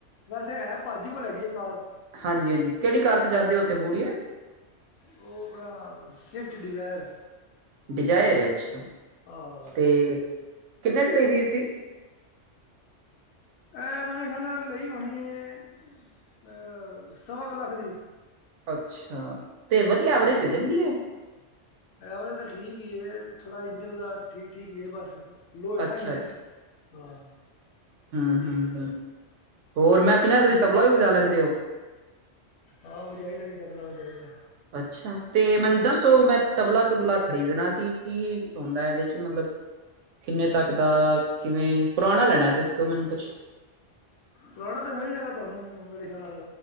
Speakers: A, on the left; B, on the right.
A: ਵੈਸੇ ਹੈ ਪਾਜੀ ਕੋਲ ਹੈਗੀ ਏ ਕਾਰ।
B: ਹਾਂਜੀ-ਹਾਂਜੀ ਕਿਹੜੀ ਕਾਰ ਤੇ ਜਾਂਦੇ ਉੱਥੇ ਬੂੜੀਏ?
A: ਉਹ ਆਪਣਾ ਸਵਿਫਟ ਡਿਜ਼ਾਇਰ।
B: ਡਿਜ਼ਾਇਰ ਏ ਅੱਛਾ
A: ਹਾਂ
B: ਤੇ ਕਿੰਨੇ ਦੀ ਲਈ ਸੀ ਤੁਸੀਂ?
A: ਇਹ ਮੇਰੇ ਖਿਆਲ ਨਾ ਲਈ ਹੋਣੀ ਅਹ ਸਵਾ ਕੁ ਲੱਖ ਦੀ।
B: ਅੱਛਾ ਤੇ ਵਧੀਆ
A: ਹਾਂਜੀ
B: ਐਵਰੇਜ
A: ਹਾਂਜੀ
B: ਦੇ ਦਿੰਦੀ ਏ।
A: ਐਵਰੇਜ ਤਾਂ ਠੀਕ ਈ ਏ ਥੋੜਾ ਇੰਜਨ ਉਹਦਾ ਠੀਕ-ਠੀਕ ਈ ਬਸ ਲੋ ਏ ਨਾ
B: ਅੱਛਾ
A: ਇੰਜਨ ਹਾਂ।
B: ਹੂੰ-ਹੂੰ-ਹੂੰ
A: ਠੀਕ ਹੈ
B: ਹੋਰ ਮੈਂ ਸੁਣਿਆ ਤੁਸੀਂ
A: ਹੋਰ?
B: ਤਬਲਾ ਵੀ ਵਜਾ ਲੈਂਦੇ ਹੋ।
A: ਹਾਂ ਵਜਾਇਦਾ ਵੀ ਤਬਲਾ ਵਜਾਈਦਾ।
B: ਅੱਛਾ ਤੇ ਮੈਨੂੰ ਦੱਸੋ ਮੈਂ ਤਬਲਾ-ਤੁਬਲਾ ਖਰੀਦਣਾ ਸੀ ਕੀ ਹੁੰਦਾ ਇਹਦੇ ਚ ਮਤਲਬ ਕਿੰਨੇ ਤੱਕ ਦਾ ਕਿਵੇਂ ਪੁਰਾਣਾ ਲੈਣਾ ਹੈ ਦੱਸੋ ਮੈਨੂੰ ਕੁੱਛ
A: ਪੁਰਾਣਾ ਤੇ ਮਿਲ ਜਾਏਗਾ ਤੁਹਾਨੂੰ ਮੇਰੇ ਖਿਆਲ ਨਾਲ